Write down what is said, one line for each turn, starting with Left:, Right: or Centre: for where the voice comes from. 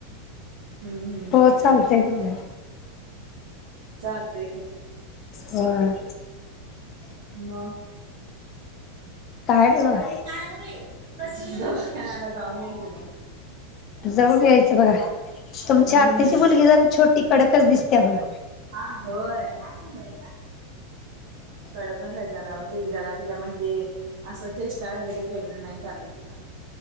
Right: हम्म
Left: हो चालतय मनुया.
Right: चालतंय की.
Left: हय.
Right: मअ
Left: काय नाही बघा.
Right: परी काय गं बाई बसूनच <inaudible> जाऊन या की मग.
Left: जाऊन यायचं बघा तुमच्या
Right: हम्म.
Left: आत्तीची मुलगी जरा छोटी कडकच दिसतीया बघा.
Right: हा होय हाच नंबर आहे का? कडक आहे जरा ती जरा तीला म्हणजे, असं चेष्टा वगैरे केलेली नाही चालत तिला.